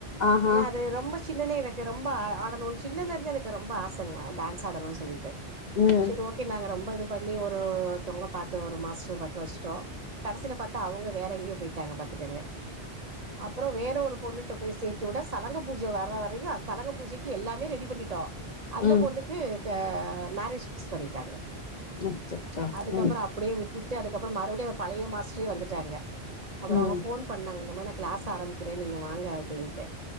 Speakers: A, on the left (about 45°); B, on the right (about 40°).
A: ஆஹா
B: ஏன்னா அது ரொம்ப சின்னதுலயே எனக்கு ரொம்ப ஆ ஆடணும்னு சின்னதுல இருந்தே எனக்கு ரொம்ப ஆசங்க டான்ஸ் ஆடணுன்னு சொல்லிட்டு
A: ம்
B: செரி ஓகே நாங்க ரொம்ப இது பண்ணி ஒரு ஒருத்தவுங்கள பாத்து ஒரு மாஸ்டர் பாத்து வச்டோம் கடைசியில பாத் அவுங்க வேற எங்கையோ போயிட்டாங்க பாத்துக்கங்க அப்புறம் வேற ஒரு பொண்ணுட்ட ட்ட போய் சேர்த்து விட சலங்க பூஜை வர்ற வரையும் அந்த சலங்க பூஜைக்கு எல்லாமே ரெடி பண்ணிட்டோம்
A: ம்
B: அந்த பொண்ணுக் க்கு மேரேஜ் பிக்ஸ் பண்ணிட்டாங்க
A: ம் அச்சச்சோ
B: அதுக்கப்புறம்
A: ம்
B: அப் அப்டியே விட்டுட்டு அதுக்கப்புறம் மறுபடியும் அந்த பழைய மாஸ்டரே வந்துட்டாங்க அப்றம் அவங்க
A: ம்
B: போன் பண்ணாங்க இந்தமாரி நாங்க கிளாஸ் ஆரம்பிக்கிறேன் நீங்க வாங்க அப்படின்ட்டு